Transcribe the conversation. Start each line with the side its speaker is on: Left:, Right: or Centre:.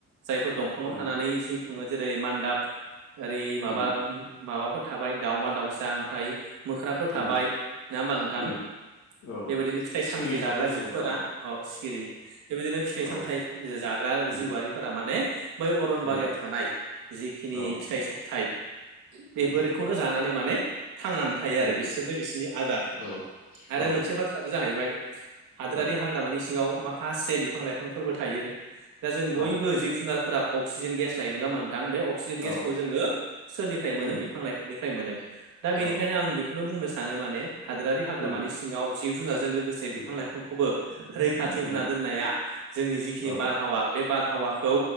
Right: जायफोर दंफाङाव
Left: उम
Right: थानानै जिउ खुङो जेरै मान्दाब ओरै माबा
Left: उम
Right: माबाफोर थाबाय दावमा दावसा ओमफ्राय मोख्राफोर
Left: उम
Right: थाबाय नङा होमबा नोंथां
Left: उम औ
Right: बेबायदिनो फिथाइ सामथाइ
Left: सिखिरि
Right: जाग्रा
Left: थाबाय जेनेबा
Right: जिफोरा औ सिरि बेबायदिनो फिथाइ
Left: औ
Right: सामथाय जाग्रा
Left: उम
Right: जिउआ रिफोरा माने बै अरनबारियाव
Left: उम
Right: थानाय जिखिनि
Left: औ
Right: फिथाइ सामथाइ बेफोरखौनो
Left: उम
Right: जानानै माने थांनानै थायो आरो
Left: उम
Right: बिसोरनो बिसोरनि आदार
Left: औ
Right: आरो
Left: औ
Right: मोनसे बाथ्राबो जाहैबाय हादोरारि
Left: औ
Right: हाग्रामानि सिङाव माखासे बिफां लाइफांफोरबो थायो दा जों बयबो
Left: औ
Right: जिब जुनारफोरा अक्सिजेन गेस लायो नङा होमबा नोंथां बे क्सिजेन गेसखौ
Left: औ
Right: जोङो सोरनिफ्राय मोनो
Left: उम
Right: बिफां लाइफांनिफ्राय मोनो दा बेनिखायनो
Left: औ
Right: आं बेखौ बेखौनो बुंनो सानो माने हादोरारि हाग्रामानि
Left: उम
Right: सिङाव जिब जुनारजों लोगोसे
Left: उम
Right: बिफां लाइफांखौबो रैखाथि होना
Left: उम
Right: दोननाया जोंनि जिखिनि
Left: औ
Right: बारहावा बे बारहावाखौ